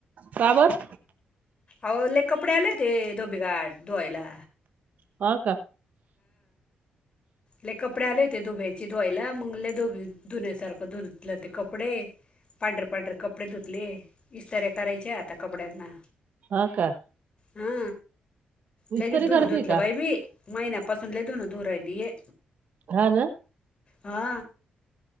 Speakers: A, on the right (about 60°); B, on the left (about 35°).
A: का बरं?
B: अहो लय कपडे आलेत धोबीघाट धुवायला
A: पा का
B: ले कपडे आले होते दुभ्याची धुवायला मग दुबे धुनण्यासारखं धुतलं ते कपडे पांढरे पांढर कपडे धुतले इस्तारे करायचे आता कपड्यांना
A: हा का
B: हा
A: इस्तरी
B: लगे धुन
A: करते
B: धुतलं
A: का
B: बाई मी महिनापासून लय धुण धुऊन दिए
A: हा ना
B: हा